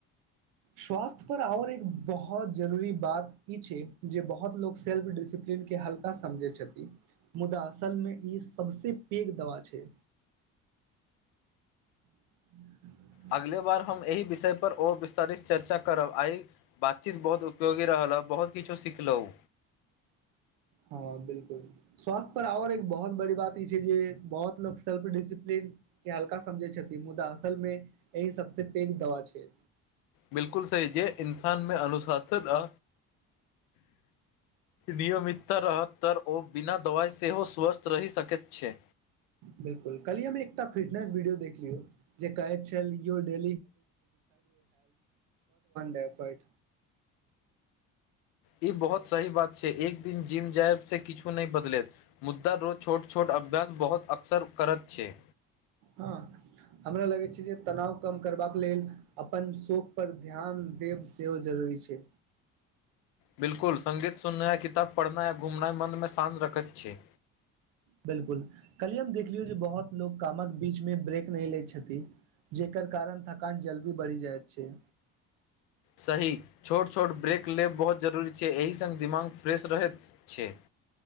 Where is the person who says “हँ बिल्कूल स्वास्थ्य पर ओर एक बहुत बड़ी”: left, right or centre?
Right